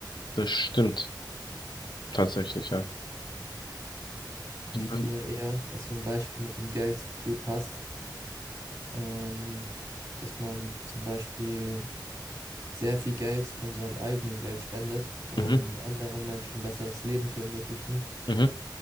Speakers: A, on the left; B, on the right.
A: das stimmt tatsächlich, ja.
B: Ich
A: Mhm,
B: finde eher, dass so ein Beispiel mit dem Geld gut passt. Ähm, dass man zum Beispiel sehr viel Geld von seinem eigenen Geld spendet, um
A: mhm,
B: anderen Menschen ein besseres Leben zu ermöglichen,
A: mhm.